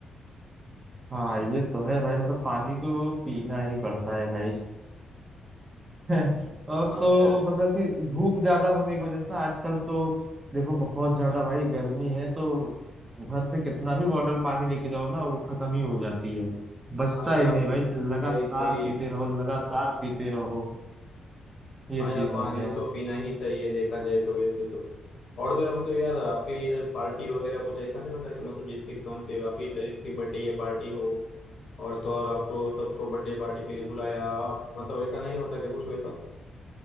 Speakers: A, on the right (about 25°); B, on the left (about 55°).
A: हाँ ये तो है भाई मतलब पानी तो पीना ही पड़ता है भाई <laughs> और
B: हाँ
A: तो
B: यार
A: मतलब कि धूप ज्यादा होने की वजह से ना आजकल तो देखो बहुत ज्यादा भाई गर्मी है तो घर से कितना भी बॉटल पानी लेके जाओ ना वो खत्म ही हो जाती है बचता
B: हाँ यार
A: ही नहीं भाई लगातार
B: सही सही
A: पीते रहो लगातार पीते रहो ये
B: हाँ
A: सीन
B: यार
A: हो
B: पानी
A: गया
B: तो पीना ही चाहिए देखा जाए तो वैसे तो और तो यार मतलब यार आपके इधर पार्टी वगैरह कुछ ऐसा नहीं होता कि मतलब जिसके कौन से आपके कलीग्स की बर्थडे या पार्टी हो और तो और आपको सबको बर्थडे पार्टी के लिए बुलाया आप मतलब ऐसा नहीं होता कि कुछ वैसा